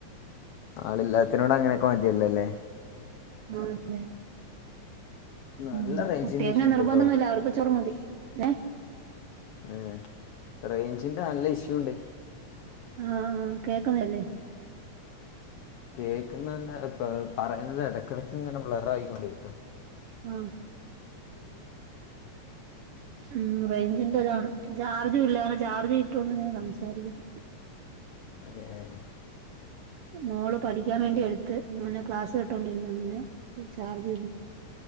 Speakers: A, on the left; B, on the right.
A: ആളല്ലാത്തിനോട് അങ്ങനെയൊക്കെ മറ്റിയല്ലോല്ലേ
B: ആ അതെ
A: നല്ല
B: ഉം
A: റേഞ്ചിൻ്റെ
B: കുട്ടികൾക്ക്
A: ഇഷ്യൂ ഉണ്ട്
B: നിർബന്ധമൊന്നുമില്ല
A: കേട്ടോ
B: അവർക്ക് ചോറ് മതി ഏ
A: ഏ റേഞ്ചിന്റെ നല്ല ഇഷ്യൂ ഉണ്ട്
B: ആ ആ കേക്കുന്നല്ലേ
A: കേക്കുന്നന്നെ ഇ പറയുന്നത് ഇടക്കിടക്ക് ഇങ്ങനെ ബ്ളർ ആയിക്കോണ്ടിരിക്ക
B: ആ ഉം റേഞ്ചിന്റെ താണ് ചാർജ് ഇല്ല അനെ ചാർജ് ഇട്ടുണ്ട് ഞാൻ സംസാരിക്കുന്നു
A: <inaudible>
B: മോള് പഠിക്കാൻ വേണ്ടി എടുത്ത് അങ്ങനെ ക്ലാസ് കട്ടോണ്ടിരുന്ന അങ്ങനെ ചാർജ്